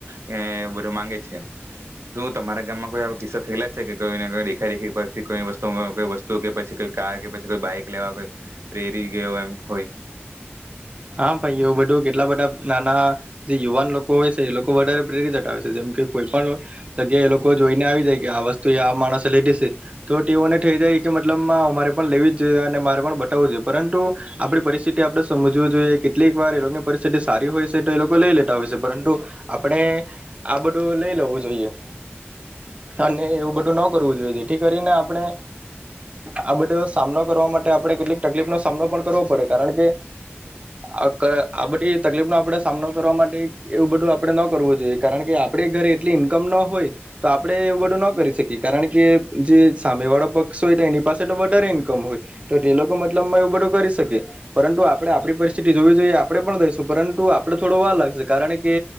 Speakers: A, on the right; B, on the right.
A: કે બધું માંગે છે, શું તમારા ગામમાં કોઈ આવા કિસ્સા થયેલા છે કે કોઈ <unintelligible> દેખા દેખી પરથી કોઈ વસ્તુ <unintelligible> કોઈ વસ્તુ, કે પછી કોઈ કાર, કે પછી કોઈ બાઈક લેવા કોઈ પ્રેરી ગયો એમ હોય?
B: હા ભાઈ એવું બધું કેટલા બધા નાના જે યુવાન લોકો હોય છે એ લોકો વધારે પ્રેરિત હટાવે છે, જેમ કે કોઈ પણ જગ્યાએ એ લોકો જોઈને આવી જાય કે આ વસ્તુ આ માણસે લીધી સે તો તેઓને થઈ જાય કે મતલબમાં અમારે પણ લેવી જ જોઈએ અને મારે પણ બતાવવું જોઈએ પરંતુ આપણી પરિસ્થિતિ આપણેે સમજ <unintelligible> જોઈએ કેટલીક વાર એલોકોની પરિસ્થિતિ સારી હોય સે તો એ લોકો લઈ લેતા હોય સે પરંતુ આપણે આ બધું લઈ લેવું જોઈએ અને એવું બધું ન કરવું જોઈએ જેથી કરીને આપણે આ બધો સામનો કરવા માટે આપણે કેટલીક તકલીફ નો સામનો પણ કરવો પડે કારણ કે આ ક આ બધી તકલીફ નો આપણે સામનો કરવા માટે એવું બધું આપડે ન કરવું જોઈએ કારણ કે આપડે ઘરે એટલી ઈન્કમ ન હોય તો આપણે એવું બધું ન કરી શકીએ કારણ કે જે સામે વાળો પક્ષ હોય તો એની પાસે તો વધારે ઈન્કમ હોય તો તે લોકો મતલબમાં એવું બધું કરી શકે પરંતુ આપણે આપણી પરિસ્થિતિ જોવી જોઈએ આપણે પણ દઈશું પરંતુ આપણે થોડો વાર લાગશે કારણ કે,